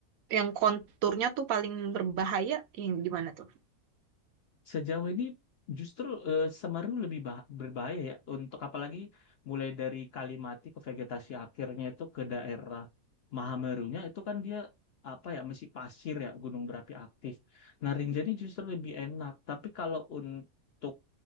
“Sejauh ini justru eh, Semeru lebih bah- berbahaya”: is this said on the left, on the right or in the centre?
Left